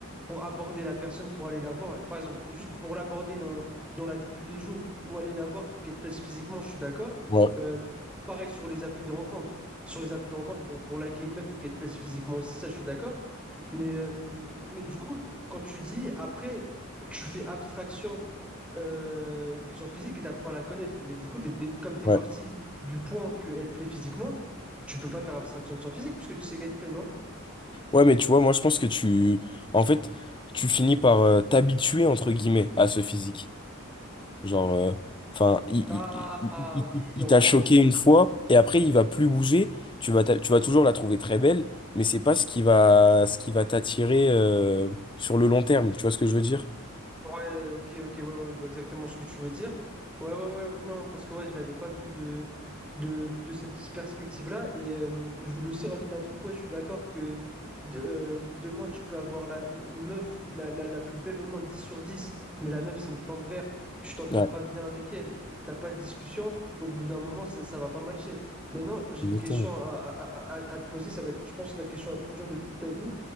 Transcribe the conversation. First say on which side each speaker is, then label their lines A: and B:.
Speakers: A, in the centre; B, on the left.
A: pour aborder la personne, pour aller la voir, par exemple, juste pour l'aborder dans, dans la vie de tous les jours ou aller la voir, faut qu'elle te plaise physiquement, je suis d'accord.
B: Ouais,
A: Euh, p- pareil sur les applis de rencontre. Sur les applis de rencontre, pour, pour liker une meuf, faut qu'elle te plaise physiquement aussi, ça, je suis d'accord. Mais, euh, mais du coup, quand tu dis, après, tu fais abstraction euh, de son physique et t'apprends à la connaître. Mais du coup, t'es dé- comme tu
B: ouais.
A: es parti du point que être plaît physiquement, tu peux pas faire abstraction de son physique puisque tu sais qu'être plaît, non?
B: Ouais, mais tu vois, moi je pense que tu en fait tu finis par euh, t'habituer entre guillemets à
A: Oui.
B: ce physique. Genre, euh, enfin, il,
A: Ah,
B: il- il-
A: ah,
B: il-
A: oui,
B: il- il
A: en,
B: t'a choqué
A: en-
B: une fois et après il va plus bouger. Tu vas, t'a- tu vas toujours la trouver très belle, mais c'est pas ce qui va, ce qui va t'attirer euh, sur le long terme. Tu vois ce que je veux dire?
A: Ouais, ok, ok, ouais, ouais, je vois exactement ce que tu veux dire. Ouais, ouais, ouais, non, parce que ouais, je l'avais pas vu de, de, de cette perspective-là. Et euh, je voulais aussi rajouter un truc, ouais, je suis d'accord que de- euh, demain, tu peux avoir la, la- une meuf la, la, la plus belle au monde, 10 sur 10. mais la meuf, c'est une plante verte, tu t'entends
B: Ouais,
A: pas bien avec elle, t'as pas de discussion, au bout d'un moment, ça, ça va pas matcher. Maintenant, j'ai
B: exactement.
A: une question à, à, à, à- à te poser, ça va être, je pense, la question la plus dure de toute ta vie.